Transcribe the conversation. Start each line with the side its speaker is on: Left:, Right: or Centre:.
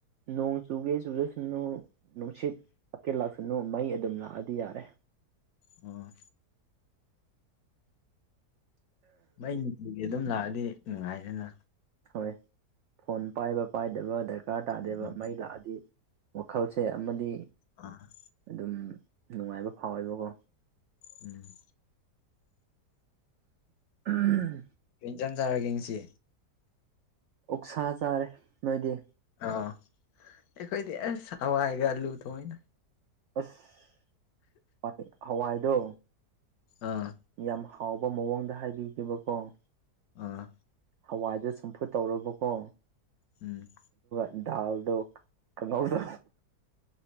Right: ꯅꯣꯡꯣꯡ ꯆꯨꯒꯦ ꯆꯨꯗꯁꯣꯡ ꯅꯅꯨꯡꯁꯦꯠꯦꯔ ꯂꯥꯛ ꯅꯨ ꯃꯩ ꯑꯗꯨꯝ ꯂꯥꯛꯑꯗꯤ ꯌꯥꯔꯦ
Left: ꯑꯣ ꯃꯩ ꯅꯨꯡꯇꯤꯒꯤ ꯑꯗꯨꯝ ꯂꯥꯛꯑꯗꯤ ꯅꯨꯡꯉꯥꯏꯗꯅ
Right: ꯍꯣꯏ ꯐꯣꯟ ꯄꯥꯏꯕ ꯄꯥꯏꯗꯕ ꯗꯔꯀꯥꯔ ꯇꯥꯗꯦꯕ
Left: ꯎꯝ
Right: ꯃꯩ ꯂꯥꯛꯑꯗꯤ ꯋꯥꯈꯜꯁꯦ ꯑꯃꯗꯤ
Left: ꯑꯥ
Right: ꯑꯗꯨꯝ ꯅꯨꯡꯉꯥꯏꯕ ꯐꯥꯎꯋꯦꯕꯀꯣ
Left: ꯎꯝ
Right: ꯑꯥ
Left: ꯏꯟꯖꯥꯡ ꯆꯔꯒꯡꯁꯤ
Right: ꯑꯣꯛꯁꯥ ꯆꯥꯔꯦ ꯅꯣꯏꯗꯤ
Left: ꯑꯥ ꯑꯩꯈꯣꯏꯗꯤ ꯆꯋꯥꯥꯏꯒꯂꯨ ꯊꯑꯣꯣꯏꯅ
Right: ꯑꯥꯁ ꯍꯏ ꯍꯋꯥꯏꯗꯣ
Left: ꯑꯥ
Right: ꯌꯥꯝ ꯍꯥꯎꯕ ꯃꯑꯣꯡꯗ ꯍꯥꯏꯕꯤꯈꯤꯕꯀꯣ
Left: ꯑꯥ
Right: ꯍꯋꯥꯏꯗ ꯆꯨꯝꯐꯨꯠ ꯇꯧꯔꯕꯀꯣ
Left: ꯎꯝ
Right: ꯗꯥꯎꯗꯣ ꯀꯩꯅꯣꯜꯗꯣ